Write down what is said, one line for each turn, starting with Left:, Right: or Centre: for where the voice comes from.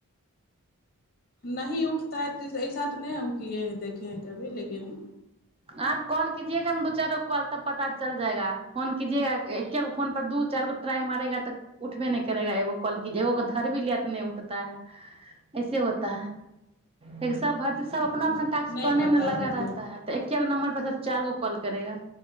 Left: नहि उठता ऐसा उतने हम किए ह देखे है कभी लेकिन
Right: आप कॉल कीजियेगा ने दू चार गो कॉल तब पता चल जाएगा फोन कजग एकेगो फोन पर दू चार गो ट्राई मारेगा तऽ उठबे नहि करेगा एगो कॉल क एगो को धर भी लिया तऽ नहि उठता है ऐसे होता है सब सब
Left: अ
Right: अपना अपना टॉक्स
Left: नहि
Right: पढ़ने
Left: पता
Right: मे लगा
Left: हमको
Right: रहता है त एकगो नम्बर पर सब चार गो कॉल करेगा